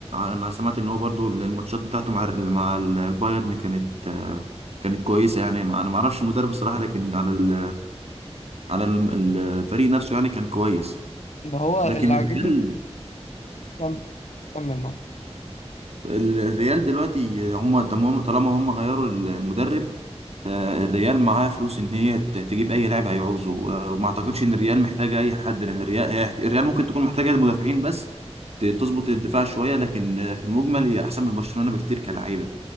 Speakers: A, on the right; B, on the left.
A: انا سمعت ان هو برضه الماتشات بتاعته مع ال... مع البايرن كانت آه كانت كويسه يعني ما... انا ما اعرفش المدرب الصراحه لكن على ال... على ال- الفريق نفسه يعني كان كويس
B: ده هو
A: لكن
B: اللي عاجبني
A: الريال
B: كمل كمل معاه
A: ال- الريال دلوقتي هم تمام، طالما هم غيروا المدرب فالريال معاه فلوس ان هي ت- تجيب اي لاعب هيعوزه آه، وما اعتقدش ان الريال محتاجه اي حد لان الريال هي- الريال ممكن تكون محتاجه المدافعين بس ت- تظبط الدفاع شويه لكن آه، في المجمل هي احسن من برشلونه بكتير كلاعيبه